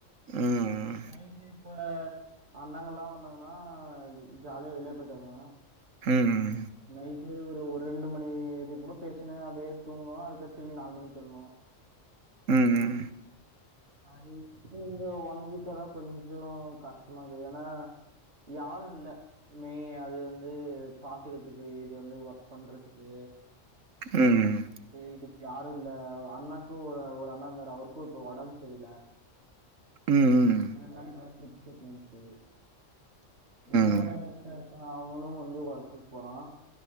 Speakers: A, on the right; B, on the right.
A: ம்
B: நைட்டு் இப்ப அண்ணாங்கல்லாம் வந்தாங்கன்னா ஜாலியா வெளியே போய்ட்டு வருவோ
A: ம் ம்
B: நைட்டு ஒரு ஒரு ரெண்டு மணி வர கூட பேசினா அப்டே தூங்கனா அதுக்கத்து திரும்பி நாலு மணிக்கு எழனும்
A: ம் ம்
B: ஆ இப்ப இந்த ஒன் வீக்காதான் கொஞ்சோ கஷ்டமா இருக்கு ஏன்னா யாரும் இல்ல மெயினா அது வந்து பாத்துக்கிறதுக்கு இது வந்து ஒர்க் பண்றதுக்கு
A: ம் ம்
B: இ இதுக்கு யாரும் இல்ல அண்ணாக்கும் ஒரு ஒரு அண்ணா இருந்தாரு அவருக்கும் இப்ப உடம்பு செரியில்ல
A: ம் ம்
B: ரெண்டு நாளைக்கு முன்னாடி டிரிப்ஸ் ஏத்தின்வந்துச்சி ஒன்னோரு
A: ம்
B: ஒருத்தன் இருக்கான் அவனும் வந்து ஒர்க்குக்கு போறா